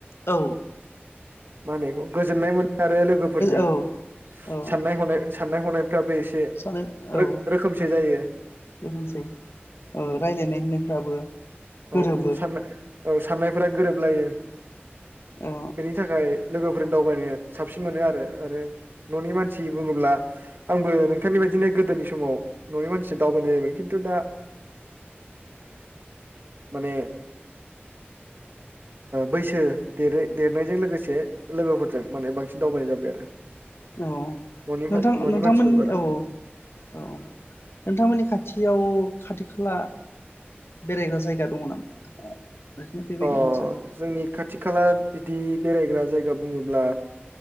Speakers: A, on the left; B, on the right.
A: औ
B: मा होनो आंखौ गोजोननाय मोन आरो लोगोफोरजों
A: औ औ
B: साननाय हनाय साननाय-हनाय फ्राबो एसे
A: सानो
B: रो-रोखोमसे
A: औ
B: जायो
A: बेनोसै औ
B: ओम
A: रायलायनाय होननायफ्राबो गोरोबो
B: औ औ सान औ साननायफ्रा गोरोबलायो।
A: औ
B: बेनि थाखाय लोगोफोरजों दावबायनो साबसिन मोनो आरो आरो। न'नि मानसि बुङोब्ला आंबो नोंथांनि बायदिनो गोदोनि समाव न'नि मानसिसो दावबायनाय जायैबाय खिन्थु दा माने बैसो देरै-देरनायजों लोगोसे लोगोफोरजों माने बांसिन दावबायनाय जाबाय आरो।
A: औ
B: न'नि
A: नोंथां
B: न'नि
A: नोंथांमोन
B: मानसिफोर बारा
A: औ औ नोंथांमोननि खाथियाव खाथि-खाला बेरायग्रा जायगा दङ नामा? ओरैनो बेबायदि
B: अ
A: मोजां
B: जोंनि खाथि-खाला बिदि बेरायग्रा जायगा बुङोब्ला